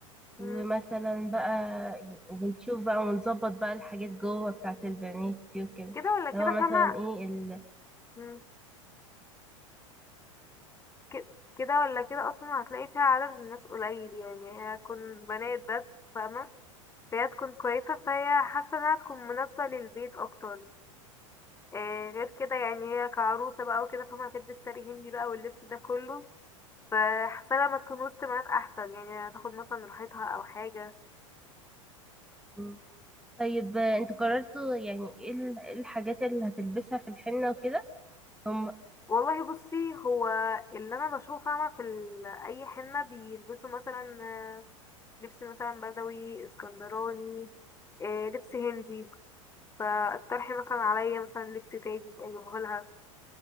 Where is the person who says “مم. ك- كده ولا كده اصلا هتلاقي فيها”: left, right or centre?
Left